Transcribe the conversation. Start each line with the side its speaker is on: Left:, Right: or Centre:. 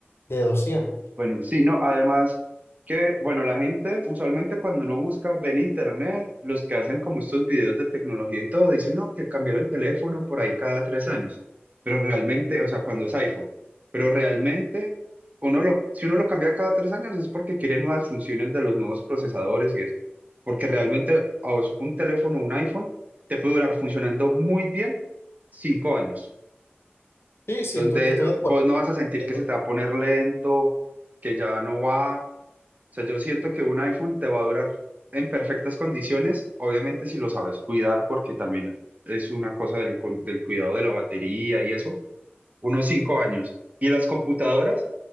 Left: de doscientos
Right: bueno, sí, no, además que, bueno, la gente usualmente cuando uno busca, ve en internet, los que hacen como estos videos de tecnología y todo, dicen, no, que cambiaron el teléfono por ahí cada tres años, pero realmente, o sea, cuando es iPhone, pero realmente, uno lo, si uno lo cambia cada tres años es porque quiere nuevas funciones de los nuevos procesadores y eso, porque realmente a vos un teléfono, un iPhone, te puede durar funcionando muy bien cinco años.
Left: Sí, sí,
Right: donde
Left: estoy, estoy
Right: ah,
Left: de acuerdo,
Right: vos no vas a sentir
Left: estoy de
Right: que
Left: acuerdo.
Right: se te va a poner lento, que ya no va. O sea, yo siento que un iPhone te va a durar en perfectas condiciones, obviamente si lo sabes cuidar, porque también es una cosa del, cu- del cuidado de la batería y eso, unos cinco años. Y las computadoras,